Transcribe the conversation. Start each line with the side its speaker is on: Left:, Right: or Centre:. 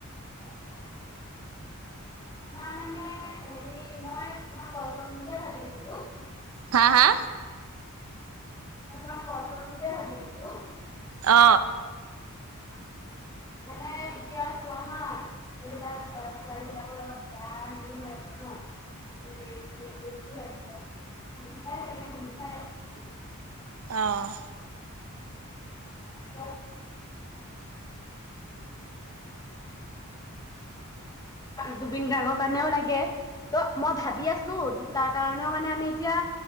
Left: ন মানে হেৰি মই তোমাক কল কৰিম বুলিয়ে ভাবি আছিলো।
Right: হা হা।
Left: মই তোমাক কল কৰিম বুলিয়ে ভাবি আছিলো।
Right: অ
Left: মানে, এতিয়া চোৱা, হা। জুবিন দাৰ ক্ষেত্ৰত, ছোৱালীবিলাকৰ লগত বেয়া, হেৰি, হৈ আছে ন। ৰেপ কেছ, এইবোৰতো হৈ আছে। শুনিছাই চাগে, <unintelligible>
Right: অ'।
Left: <unintelligible> জুবিন গাৰ্গৰ কাৰণেও লাগে, ত'। মই ভাবি আছোঁ, তাৰ কাৰণেও, মানে, আমি এতিয়া,